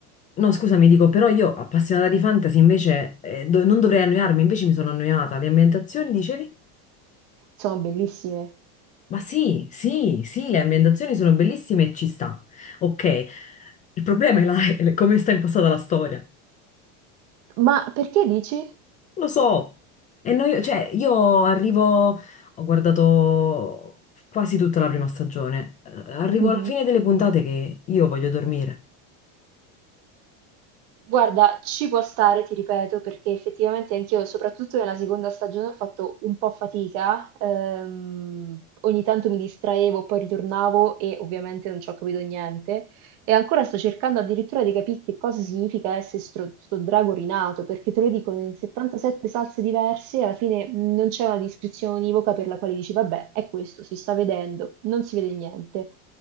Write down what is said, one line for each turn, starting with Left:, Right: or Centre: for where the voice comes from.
Left: No, scusami, dico, però io appassionata di fantasy invece eh, do- non dovrei annoiarmi, invece mi sono annoiata. Le ambientazioni, dicevi?
Right: sono bellissime.
Left: Ma sì, sì, sì, le ambientazioni sono bellissime e ci sta. Ok, il problema è, la- <laughs> è come sta impostata la storia.
Right: Ma perché dici?
Left: Lo so. E noi, cioè, io arrivo, ho guardato quasi tutta la prima stagione, Eh, arrivo
Right: Mhm.
Left: alla fine delle puntate che io voglio dormire.
Right: Guarda, ci può stare, ti ripeto, perché effettivamente anch'io, soprattutto nella seconda stagione, ho fatto un po' fatica. ehm, ogni tanto mi distraevo, poi ritornavo e ovviamente non ci ho capito niente. E ancora sto cercando addirittura di capire che cosa significa essere stro- sto drago rinato, perché te lo dicono in 77 salse diverse, e alla fine mh, non c'è una descrizione univoca per la quale dici, vabbè, è questo, si sta vedendo, non si vede niente.